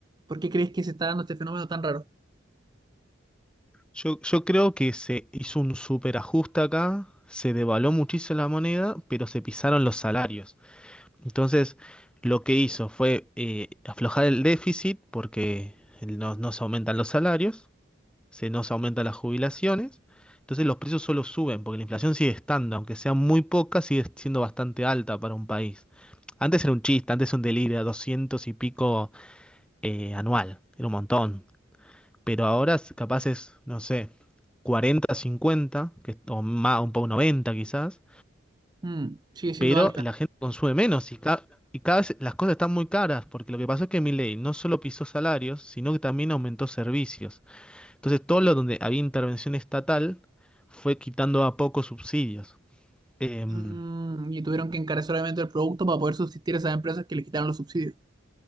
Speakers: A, on the right (about 20°); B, in the centre.
A: ¿por qué crees que se está dando este fenómeno tan raro?
B: Yo, yo creo que se hizo un superajuste acá, se devaluó muchísimo la moneda, pero se pisaron los salarios. Entonces, lo que hizo fue eh, aflojar el déficit porque no, no se aumentan los salarios se nos aumentan las jubilaciones, entonces los precios solo suben, porque la inflación sigue estando, aunque sea muy poca, sigue siendo bastante alta para un país. Antes era un chiste, antes era un delirio, 200 y pico eh, anual, era un montón, pero ahora es- capaz es, no sé, 40, 50, que, es- o más, un poco 90 quizás,
A: Mm, sigue siendo
B: pero
A: alta.
B: la gente consume menos y, ca- y cada vez las cosas están muy caras, porque lo que pasó es que Milei no solo pisó salarios, sino que también aumentó servicios. Entonces, todo lo donde había intervención estatal fue quitando a pocos subsidios. Em,
A: Mm, y tuvieron que encarecer obviamente el producto para poder subsistir a esas empresas que les quitaron los subsidios.